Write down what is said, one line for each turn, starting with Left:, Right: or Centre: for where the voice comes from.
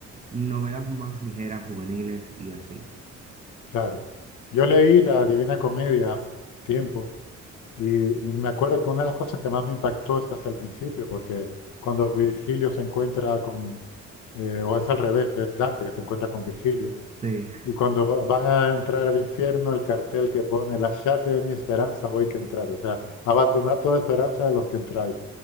Right: novelas más ligeras, juveniles y así.
Left: claro. Yo leí la Divina Comedia hace tiempo Y me acuerdo que una de las cosas que más me impactó es casi al principio, porque cuando Virgilio se encuentra con, eh, o es al revés, es Dante que se encuentra con Virgilio,
Right: Sí,
Left: y cuando va- van a entrar al infierno, el cartel que pone, lasciate ogni esperanza voi que entráis, o sea, abandonad toda esperanza a los que entráis.